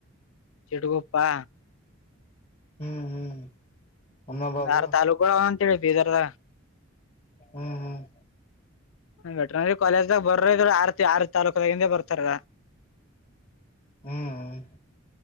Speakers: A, on the left (about 70°); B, on the left (about 30°).
A: ಚಿಟಗುಪ್ಪ
B: ಹ್ಮ್ ಹ್ಮ್. ಅನ್ನಬಾದು
A: ಆರ್ ತಾಲೂಕು ಅಂತೀವ್ ಬೀದರ್ದ.
B: ಹ್ಮ್ ಹ್ಮ್
A: ವೆಟ್ರನರಿ ಕಾಲೇಜ್ದಾಗ ಬರ್ರ ಇದ್ರರು ಆರ್ತಿ ಆರ್ ತಾಲೂಕದ ಹಿಂದೆ ಬರ್ತಾರ.
B: ಹ್ಮ್